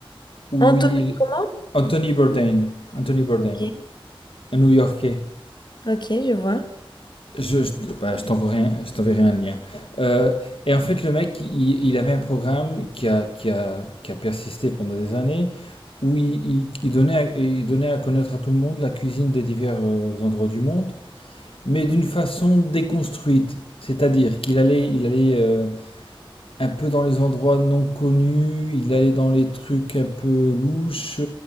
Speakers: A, on the left; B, on the left.
A: où
B: Anthony,
A: il...
B: comment?
A: Anthony Bourdain, Anthony Bourdain,
B: Ok.
A: un New-Yorkais.
B: Ok, je vois.
A: Je, je, bah, je t'enverrai un, je t'enverrai un lien. Euh, et en fait, le mec, il, il avait un programme qui a, qui a, qui a persisté pendant des années, où il, il- il donnait à, il donnait à connaître à tout le monde la cuisine des divers euh, endroits du monde, mais d'une façon déconstruite. C'est-à-dire qu'il allait, il allait euh, un peu dans les endroits non connus, il allait dans les trucs un peu louches.